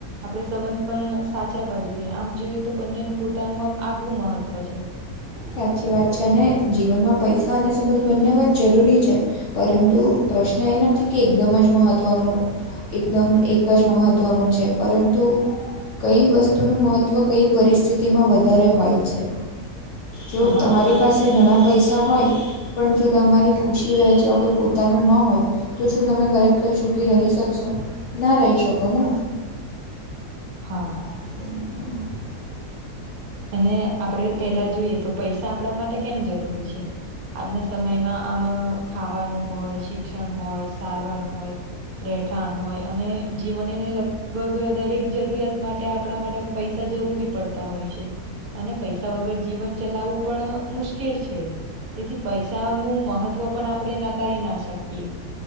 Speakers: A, on the right; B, on the left.
A: આપણે સંબંધ પણ સાચવવા જોઈએ આમ જોઈએ તો બંનેનું પોતાનું આમ આગવું મહત્ત્વ છે.
B: સાચી વાત છે અને જીવનમાં પૈસા અને સંબંધ બંને વ જરૂરી છે. પરંતુ પ્રશ્ન એ નથી કે એકદમ જ મહત્ત્વનો એકદમ એક જ મહત્ત્વનું છે પરંતુ કઈ વસ્તુનું મહત્ત્વ કઈ પરિસ્થિતિમાં વધારે હોય છે જો
A: હા
B: તમારી પાસે ઘણા પૈસા હોય પણ જો તમારી ખુશી વહેંચવા કોઈ પોતાનું ન હોય. તો શું તમે ખરેખર સુૂકી રહી શકશો ના રહી શકો ને.
A: હા.
B: એ.
A: અને આપણે પેલા જોઈએ તો પૈસા આપણા માટે કેમ જરૂરી છે આજના સમયમાં આમ ખાવાનું હોય શિક્ષણ હોય સારવાર હોય રહેઠાણ હોય. અને જીવન એને લગભગ દરેક જરૂરિયાત માટે આપણા માટેમ પૈસા જરૂરી પડતા હોય છે. અને પૈસા વગર જીવન ચલાવવું પણ મુશ્કેલ છે તેથી પૈસાનુંું મહત્ત્વ પણ આપણે નકારી ના શકીએ.